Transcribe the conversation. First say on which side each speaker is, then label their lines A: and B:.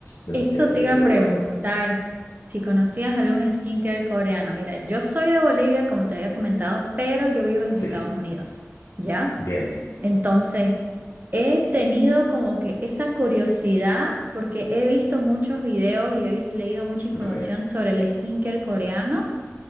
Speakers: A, on the left; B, on the right.
A: No
B: Eso
A: sé si has pedido
B: te iba a preguntar
A: o algo.
B: si conocías algún skincare coreano. Mira, yo soy de Bolivia, como te había comentado, pero yo vivo en
A: Sí,
B: los Estados Unidos, ¿ya?
A: bien,
B: Entonces, he tenido como que esa curiosidad porque he visto muchos videos y he vis- leído mucha información
A: re,
B: sobre el skincare coreano